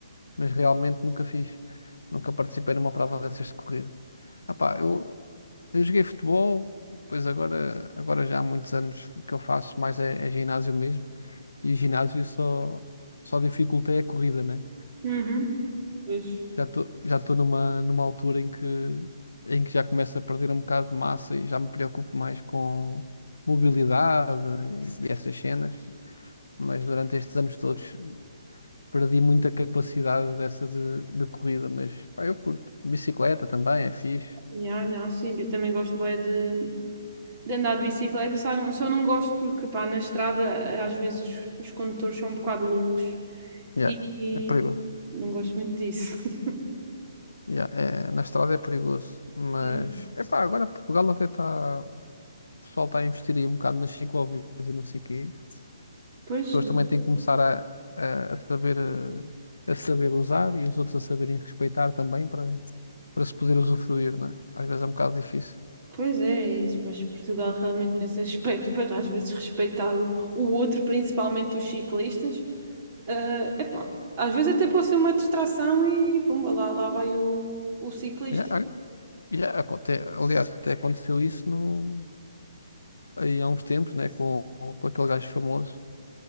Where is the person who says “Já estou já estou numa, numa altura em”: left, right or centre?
Left